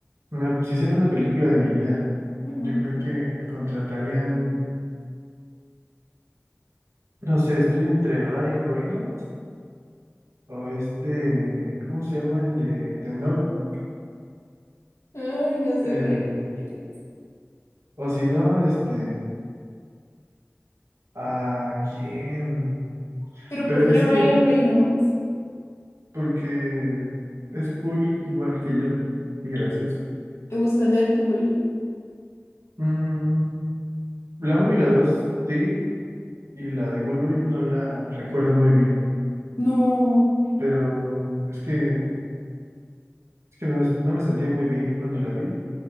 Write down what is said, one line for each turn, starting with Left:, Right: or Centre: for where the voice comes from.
Right: una- si hiciera una película de mi vida,
Left: Ujú.
Right: yo creo que contratarían, no sé, estoy entre Ryan Reynolds o este, ¿cómo se llama el de, de Notebook?
Left: Ay, no sé,
Right: El-
Left: pero ya sé quién es.
Right: o si no, este, ¿a quién?
Left: Pero
Right: Pero
Left: ¿por qué
Right: es
Left: Ryan
Right: que
Left: Reynolds?
Right: porque es cool, igual que yo, y gracioso
Left: ¿Te gusta Deadpool?
Right: Mm, la uno y la 2 sí, y la de Wolverine no la recuerdo muy bien,
Left: No.
Right: pero es que, es que no, est- no me sentía muy bien cuando la vi,